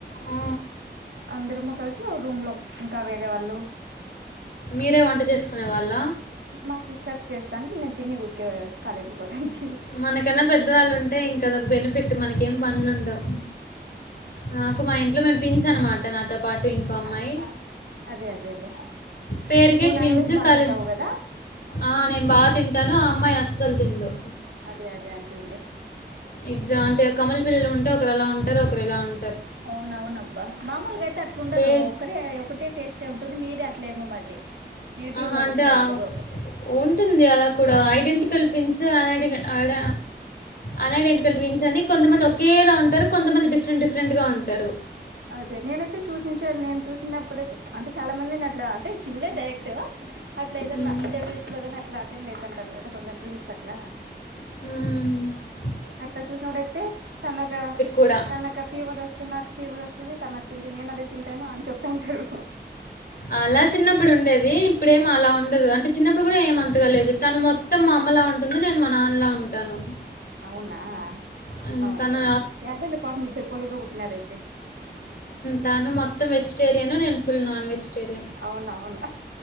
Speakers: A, on the left; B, on the right.
A: ఆ,
B: అందరము కలిసి ఓ రూమ్ లో ఇంకా వేరే వాళ్ళు
A: మీరే వంట చేసుకునే వాళ్ళ
B: మా సిస్టర్స్ చేస్తాను నేను తిని ఉరికే వె కాలేజ్కి పోతానికి.
A: మనకన్నా పెద్దవాళ్ళు ఉంటే ఇంకా అదొ బెనిఫిట్ మనకేం పనులు ఉండవు. నాకు మా ఇంట్లో మేము ట్విన్స్ అనమాట నాతో పాటు ఇంకో అమ్మాయి
B: అ అ అదే అదే లె
A: పేరుకే
B: నువ్
A: ట్విన్స్
B: నాన్ వెజ్ బాగ
A: కలి
B: తింటావు గాద
A: ఆ నేను బాగా తింటాను ఆ అమ్మాయి అస్సలు
B: అదే
A: తిందు.
B: అదే అదే ఆంటివిలే
A: ఇద్ద అంటే కమల పిల్లలు ఉంటే ఒకరు అలా ఉంటారు ఒకరు ఇలా ఉం
B: అవున అవునబ్బా మామూలుగా అయితే అట్లుండరు
A: పే
B: ఒకటే ఒకటే టేస్ట్ ఉంటే ఉంటుంది మీరే అట్లే ఏమో మరిది నెగిటివ్
A: ఆహా,
B: గా
A: అంటే
B: పుట్నరు
A: ఆ-
B: ఇద్దరు
A: ఉంటుంది అలా కూడా ఐడెంటికల్ ట్విన్స్ ఐడెంటికల్ ఐడ అన్ ఐడెంటికల్ ట్విన్స్ అని కొంతమంది ఒకేలా ఉంటారు కొంతమంది డిఫరెంట్ డిఫరెంట్ గా ఉంటారు
B: అదే నేనైతే చూసించాను నేను చూసినప్పుడైతే అంటే చాలా మందిని అట్లా అంటే చూడలేదు డైరెక్ట్ అట్లా ఏదన్నా
A: మ్మ్.
B: ఇంటర్వ్యూస్ లోగాని అట్లా అటెండ్ అయితుంటారు కదా కొంచెం ట్విన్ట్స్ అట్లా
A: హ్మ్
B: అట్లా చూసినప్పుడుయితే తనగా
A: కూడా
B: తనక ఫీవర్ ఓస్ స్తే నాకు ఫీవర్ వస్తుంది తను అది తింటే నేను అదే తింటాను అని చెప్తుంటారు
A: అలా చిన్నప్పుడు ఉండేది ఇప్పుడేమి అలా ఉండదు అంటే చిన్నప్పుడు కూడా ఏం అంతగాలేదు
B: అదే
A: తను మొ త్తం మా అమ్మలా ఉంటుంది నేను మా నాన్నలా ఉంటాను
B: అవునా
A: ఆ,
B: అవున్లేయవున్లే
A: తను
B: అదే లే పాపం ఇద్దరు పొలుగబుట్నారయితే
A: తాను మొత్తం వెజిటేరియను నేను ఫుల్ నాన్ వెజిటేరియన్
B: అవునవునా